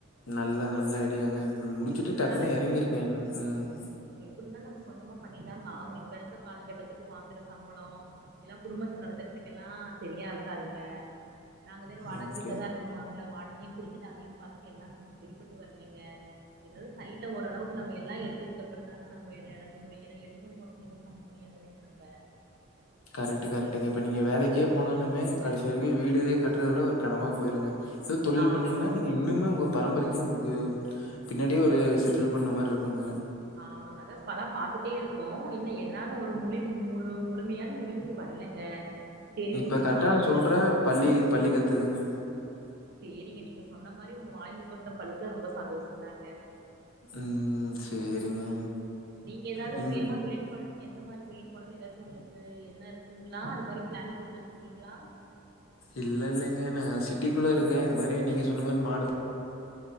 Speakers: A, on the left; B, on the right.
A: நல்ல நல்ல
B: எப்
A: ஐடியாங்க முடிச்சுட்டு
B: எப்டி இருந்தாலு
A: டக்குனு எறங்கிருக்க ம்
B: புருந்தாலும் நம்மோ சொந்தமா பண்ணிதாங்க ஆகணும் இப்ப இருக்கற காலகட்டத்துக்கு வாங்குற சம்பளோ எல்லா குடும்பத்த நடத்துறதுக்கெல்லா செரியா இருக்காதுங்க நாங்க வேறும் வாடக
A: ஓகே.
B: வீட்ல தா இருக்கமாங்க வாடகை மீன் குடுத்துட்டு அதையும் பாதி செரி எல்லா நமக் செரிபட்டு வரலேங்க ஏதாவது சைடுல ஓரளவுக்கு நம்ம எல்லா எடுத்ததுக்கு அப்பறந்தாங்க நம்ம எ எறங்க முடியுனு எடுத்தோ கவுத்தோனு எதுவும் பண்ண முடியாதுல்லைங்க நம்ப
A: கரெக்டு கரெக்டுங்க இப்ப நீங்க வேலைக்கே போனாலுமே கடைசி வரைக்கும் வீடு கட்டுறதுல ஒரு கனவா போயிருங்க ஏதோ தொழில்
B: ஆமாங்க
A: பண்ணீங்கன்னா நீங்க இன்னுமே உங்கப் பரம்பரைக்கும் உங்ளுக்கு பின்னாடியே ஒரு செட்டில் பண்ண மாரி இருக்குங்க
B: ஆமங்க அதாஸ் இப்பதா பாத்துட்டே இருக்கோ இன்ன என்னான ஒரு முழிங் முரு முழுமையான முடிவுக்கு வரலங்க சேரி
A: இப்ப
B: ஒண்ணுக்கு
A: கரெக்டா
B: ஆயிரம்
A: நா சொல்ற
B: தடவ
A: பல்லி பல்லி கத்துதுங்க
B: செரிங்க நீங்க சொன்ன மாரி உங்க வாய்முகூர்த்தம் பழிச்சா ரொம்ப சந்தோஷதாங்க
A: ம் செரிங்க
B: நீங்க ஏதாவது
A: நீங்
B: சுயமா தொழில் பண்ணணுன்னு எந்த மாரி தொழில் பண்ணணு ஏதாச்சும் உங்ளுக்கு எண்ணோ இருக்குங்ளா அது மாரி பிளான் போட்டு வச்சிருக்கீங்ளா
A: இல்ல இல்லங்க நா சிட்டிக்குள்ள இருக்க இது மாரி நீங்க சொன்ன மாரி மாடு